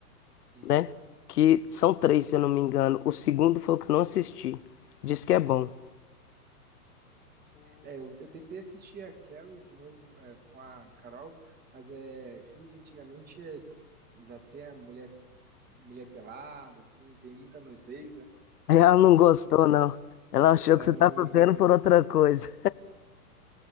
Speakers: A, on the right; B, on the left.
A: Uhum.
B: né? Que são três, se eu não me engano. O segundo foi o que eu não assisti. Diz que é bom.
A: É, eu, eu tentei assistir a Carrie de novo é, com a Carol, mas é filme de antigamente é, já tem a mulher mulher pelada, assim, tem muita nudez, né?
B: <laughs> Aí Ela não gostou, não. Ela achou
A: Ela
B: que você tava
A: não gostou.
B: vendo por outra coisa.